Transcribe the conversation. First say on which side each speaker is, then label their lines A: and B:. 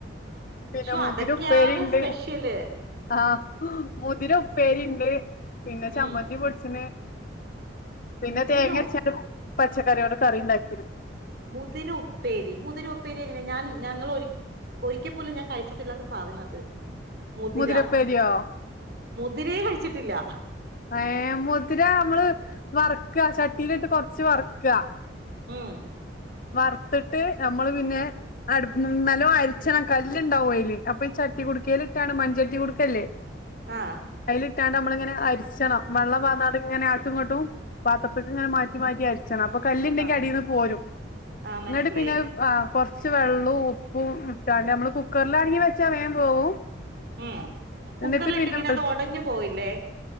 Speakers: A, on the left; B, on the right.
A: പിന്നെ
B: ശോ
A: മുതിര
B: അതൊക്കെയാണ്
A: ഉപ്പേരിയിണ്ട്
B: സ്പെഷ്യല്
A: ആഹ് മുതിര ഉപ്പേരിണ്ട് പിന്നെ ചമ്മന്തി
B: ഉം
A: പൊടിച്ചന് പിന്നെ
B: മുതിര
A: തേങ്ങ
B: ഉ
A: അരച്ചട്ട് പച്ചക്കറിയോട് കറി ഉണ്ടാക്കിരു
B: മുതിര ഉപ്പേരി മുതിര ഉപ്പേരി എങ്ങനെ ഞാൻ ഞങ്ങള് ഒരി ഒരിക്ക പോലും ഞാൻ കഴിച്ചിട്ടില്ലാത്ത സാധനാ അത് മുതിര
A: മുതിരപ്പേരിയോ
B: മുതിരെ കഴിച്ചിട്ടില്ല
A: ഏഹ് മുതിര നമ്മള് വർക്കാ ചട്ടിയിലിട്ട് കൊറച്ച് വർക്കാ
B: ഉം
A: വർത്തിട്ട് നമ്മള് പിന്നെ അടുപ്പ്മ്മേ നല്ലോ അരിച്ചണം കല്ല്ണ്ടാവും അയില് അപ്പൊ ഈ ചട്ടി കുടുക്കേലിട്ടാട്ട് മൺചട്ടി കുടുക്കല്ലേ
B: ആഹ്
A: അയ്ലിട്ടാണ്ട് നമ്മളിങ്ങനെ അരിച്ചണം വെള്ളം പാർന്നാട്ടിങ്ങനെ ആട്ടുംങ്ങോട്ടും പാത്രത്ത്ക്ക്ങ്ങനെ മാറ്റി മാറ്റി അരിച്ചണം അപ്പൊ കല്ലിണ്ടെങ്കി
B: ആഹ്
A: അടീന്ന് പോരും
B: ആഹ് മനസ്സിലായി
A: ഇങ്ങട്ട് പിന്നെ ആ കൊറച്ച് വെള്ളോം ഉപ്പും ഇട്ടാണ്ട് നമ്മള് കുക്കറിലാണെങ്കിവെച്ചാൽ വേഗം വേവും
B: ഉം കുക്കറിലിട്ടിങ്ങനെ
A: എന്നിട്ട് പിന്നെ
B: അത് ഒടഞ്ഞു പോവില്ലേ?